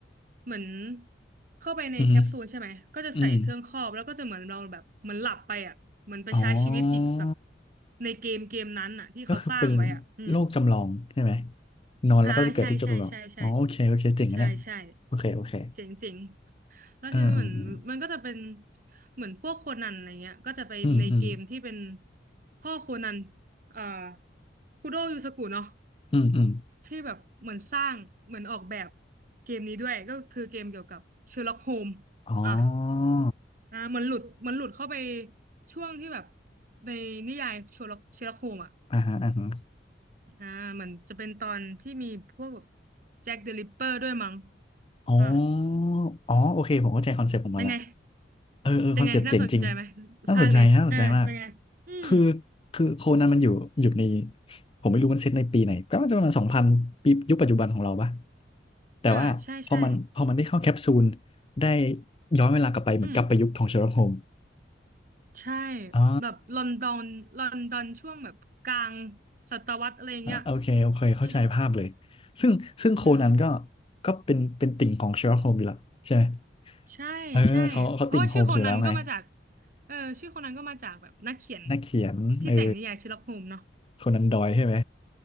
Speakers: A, on the right; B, on the left.
A: เหมือนเข้าไปในแคปซูลใช่ไหมก็จะใส่เครื่องครอบแล้วก็จะเหมือนเราแบบเหมือนหลับไปอะเหมือนไปใช้ชีวิตอีกแบบ
B: อืม อืม อ๋อ
A: ในเกมเกมนั้นอะที่เขาสร้างไว้อะอืม
B: ก็คือเป็นโลกจำลองใช่ไหม นอนแล้วก็ไปเกิดที่โลกจำลองอ๋อโอเคโอเคเจ๋งอะเนี่ย
A: อ่าใช่ใช่ใช่ใช่ใช่ใช่
B: โอเคโอเค
A: เจ๋งเจ๋งแล้วคือเหมือนมันก็จะเป็น
B: เออ
A: เหมือนพวกโคนันอะไรเงี้ยก็จะไปในเกมที่เป็น
B: อืมอืม อืม
A: พ่อโคนันเอ่อคุโดยูสกุเนาะ
B: อืม อืม
A: ที่แบบเหมือนสร้างเหมือนออกแบบเกมนี้ด้วยก็คือเกมเกี่ยวกับเชอร์ล็อกโฮม
B: อ๋อ
A: อ่ะอ่ามันหลุดมันหลุดเข้าไปช่วงที่แบบในนิยายเชอร์ล็อกเชอร์ล็อกโฮมอ่ะ
B: อ่าฮะอ่าฮะ
A: อ่ามันจะเป็นตอนที่มีพวกแบบแจ็คเดอะริปเปอร์ด้วยมั้ง
B: อ๋อ
A: อ่า
B: อ๋อ โอเค ผมเข้าใจคอนเซ็ปต์ของมันละ
A: เป็นไง
B: เออเออคอนเซปต์เจ๋งจริง
A: เป็นไงน่าสนใจไหม
B: น่าสนใจน่าสนใจมาก
A: ภาคนี้เออเป็นไงอืม
B: คือคือโคนันมันอยู่อยู่ในผมไม่รู้มันเซตในปีไหนก็น่าจะประมาณสองพันปียุคปัจจุบันของเราปะแต่ว่าพอมันพอมันได้เข้าแคปซูล
A: อ่าใช่ใช่
B: ได้ย้อนเวลากลับไปเหมือนกลับไปยุคของเชอร์ล็อกโฮม
A: อืมใช่
B: อ๋อ
A: แบบลอนดอนลอนดอนช่วงแบบกลางศตวรรษอะไรเงี้ย
B: อ่าโอเคโอเคเข้าใจภาพเลย
A: อืม
B: ซึ่งซึ่งโคนันก็
A: อืม
B: ก็เป็นเป็นติ่งของเชอร์ล็อกโฮมอยู่และใช่ไหม
A: ใช่ใช่เพราะว่าชื่อโคนันก็มาจาก
B: เออเขาเขาติ่งโฮมส์อยู่แล้วไง
A: เออชื่อโคนันก็มาจากแบบนักเขียน
B: นักเขียนเออ
A: ที่แต่งนิยายเชอร์ล็อกโฮมส์เนาะ
B: โคนันดอยล์ใช่ไหม